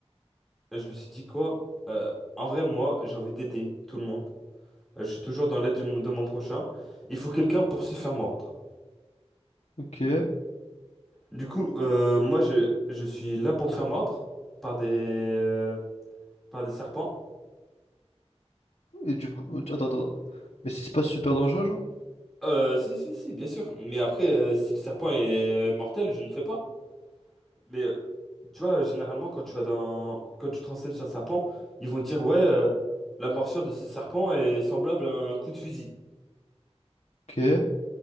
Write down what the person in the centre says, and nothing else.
je me suis dit quoi? euh, en vrai, moi, j'ai envie d'aider tout le monde. Euh, je suis toujours dans l'aide du mon- de mon prochain. Il faut quelqu'un pour se faire mordre.
Du coup, euh, moi, je, je suis là pour me faire mordre par des, euh, par des serpents.
Euh, si, si, si, bien sûr. Mais après, euh, si le serpent est euh, mortel, je ne fais pas. Mais euh, tu vois, généralement, quand tu vas dans, quand tu te renseignes sur un serpent, ils vont dire, ouais, euh, la morsure de ce serpent est semblable à un coup de fusil.